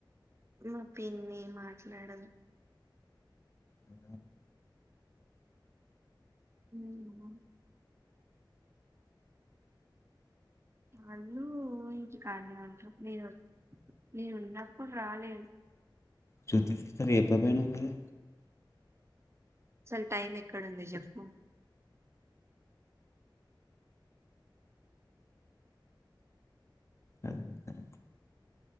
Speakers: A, on the right; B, on the left.
A: మా పిన్ని మాట్లాడద్
B: అ
A: ఊ <unintelligible> ఆళ్ళు కానే ఉంట నేను నేను ఉన్నప్పుడు రాలేద్
B: చూత్తే చూత్తరు ఏప్పపోయినవ్ మరి
A: అసల్ టైమ్ ఎక్కడ ఉంది జొప్పు
B: అ సరే